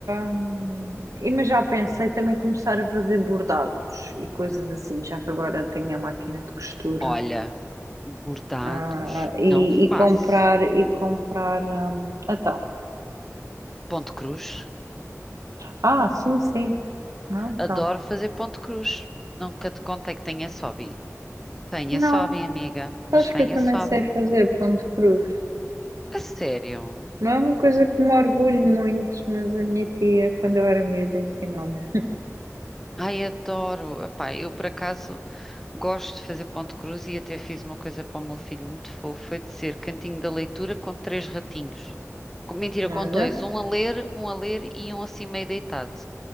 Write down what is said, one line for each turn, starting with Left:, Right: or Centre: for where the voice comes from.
Right: hum, e mas já pensei também começar a fazer bordados e coisas assim, já que agora tenho a máquina de costura.
Centre: Olha, bordados
Right: Ah, e,
Centre: não faço.
Right: e comprar, e comprar, hum, então.
Centre: Ponto cruz.
Right: Ah, sim, sim. Não, então.
Centre: Adoro fazer ponto cruz. Nunca te contei que tenho esse hobby. Tenho
Right: Não,
Centre: esse hobby, amiga, mas
Right: acho
Centre: tenho
Right: que eu também
Centre: esse hobby.
Right: sei fazer ponto cruz.
Centre: A sério?
Right: Não é uma coisa que me orgulho muito, mas a minha tia, quando eu era miúda, ensinou-me.
Centre: Ai, adoro. Epá, eu por acaso gosto de fazer ponto de cruz e até fiz uma coisa para o meu filho muito fofo, foi dizer cantinho da leitura com três ratinhos. Com- Mentira,
Right: Olha,
Centre: com dois, um a ler, um a ler e um assim meio deitado.